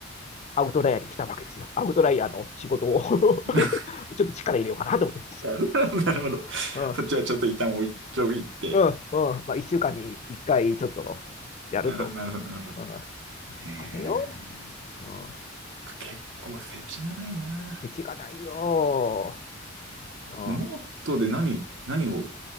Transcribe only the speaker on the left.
あ、アウトライアーに来たわけですよ。アウトライアーの仕事を <laughs>
ちょっと力入れようかなと思って。
うん、
うん、うん。まあ、1週間に1回ちょっとやると。
うん、
大変よ。うん、フ
ェチがないよ。うん、